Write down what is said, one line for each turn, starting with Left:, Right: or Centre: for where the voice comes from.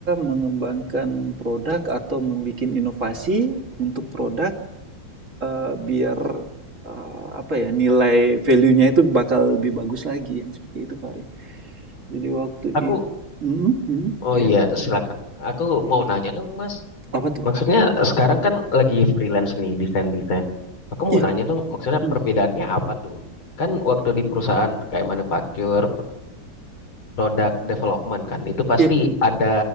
Right: mengembangkan produk atau membuat inovasi untuk produk, eee, biar, eee, apa ya, nilai value-nya itu bakal lebih bagus lagi, yang seperti itu, Fahri. Jadi waktu
Left: aku,
Right: itu, mhm mhm,
Left: oh
Right: iya?
Left: iya, silakan. Aku mau nanya dong, Mas.
Right: Apa tuh
Left: Maksudnya
Right: apa tuh?
Left: sekarang kan lagi freelance nih, desain-desain. Aku
Right: Iya,
Left: mau nanya dong, maksudnya
Right: mmm,
Left: perbedaannya apa tuh? Kan waktu di perusahaan kayak manufaktur, product development kan itu pasti
Right: iya.
Left: ada